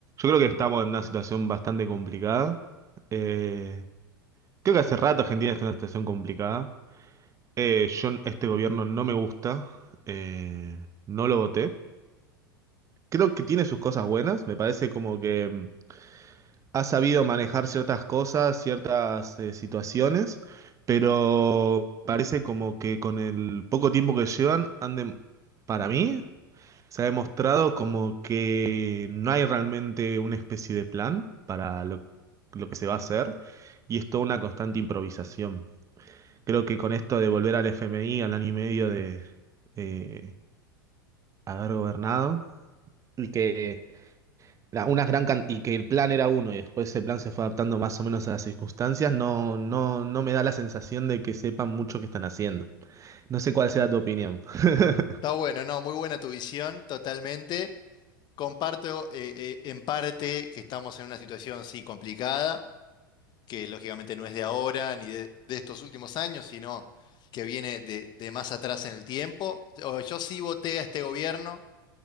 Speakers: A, on the right; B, on the left.
A: creo que estamos en una situación bastante complicada. Eh, creo que hace rato Argentina está en una situación complicada. Eh, yo, este gobierno no me gusta. eh, no lo voté. Creo que tiene sus cosas buenas. Me parece como que mm, ha sabido manejar ciertas cosas, ciertas eh, situaciones, pero parece como que con el poco tiempo que llevan, anden, para mí. Se ha demostrado como que no hay realmente una especie de plan para lo, lo que se va a hacer y es toda una constante improvisación. Creo que con esto de volver al FMI al año y medio de eh, haber gobernado y que la- una gran can- y que el plan era uno y después ese plan se fue adaptando más o menos a las circunstancias, no, no, no me da la sensación de que sepan mucho qué están haciendo. No sé cuál sea tu opinión. <laughs>
B: Está bueno, no, muy buena tu visión, totalmente. Comparto eh, eh, en parte que estamos en una situación, sí, complicada, que lógicamente no es de ahora ni de, de estos últimos años, sino que viene de, de más atrás en el tiempo. O- Yo sí voté a este gobierno